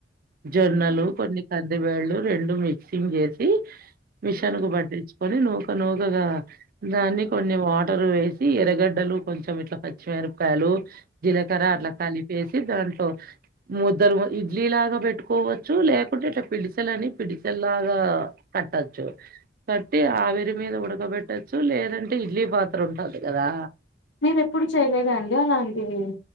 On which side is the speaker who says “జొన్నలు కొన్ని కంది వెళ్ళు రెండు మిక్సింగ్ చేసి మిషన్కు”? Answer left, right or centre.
Right